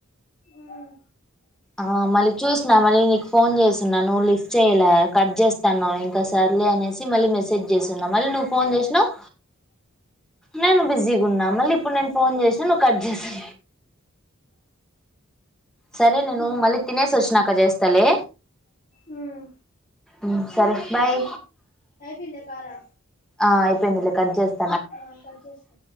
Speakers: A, on the left; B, in the centre.
A: మ్మ్
B: ఆ మళ్ళీ చూసిన మళ్ళీ నీకు ఫోన్ చేస్తున్నా నువ్వు లిఫ్ట్ చేయలే కట్ చేస్తా నువ్ ఇంకా సర్లే అనేసి మళ్ళీ మెసేజ్ చేస్తున్నా మళ్ళీ నువ్వు ఫోన్ చేసినవు నేను బిజీగా ఉన్నా మళ్ళీ ఇప్పుడు నేను ఫోన్ చేసినా నువ్వు కట్ చేసా సరే నేను
A: మ్మ్
B: మళ్ళీ తినేస్ వచ్చినాక చేస్తాలే
A: మ్మ్
B: ఉమ్ సరే బాయ్
A: అయి పింద కాలా
B: ఆ అయిపెంది కట్ చేస్
A: హా కట్ చేస్ కో